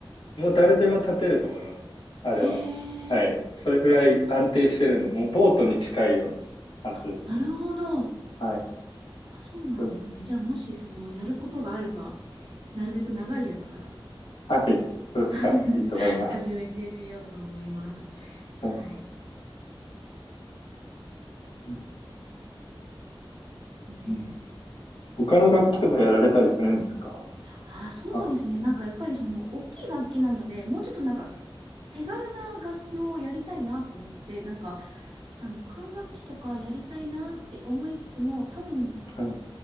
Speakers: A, on the left; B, on the right.
A: もう誰でも立てると思いますよ。あれは。
B: へえ。
A: はい。それぐらい安定してるんで、もうボートに近いような感じですね。
B: あ、なるほど。
A: はい。
B: あ、そうなんですね。
A: そうです。
B: じゃあ、もしその、やることがあれば、なるべく長いやつから
A: はい。それがいいと思います。
B: <laughs> 始めてみようと思います。はい。
A: はい。
B: で
A: う
B: すね。
A: ん他の楽器とかやられたりするんですか
B: あ、そうですね。
A: あ、
B: なんかやっぱりその、大きい楽器なので、もうちょっとなんか、手軽な楽器をやりたいなと思って、なんか、あの、管楽器とかやりたいなって思いつつも、多分、
A: はい。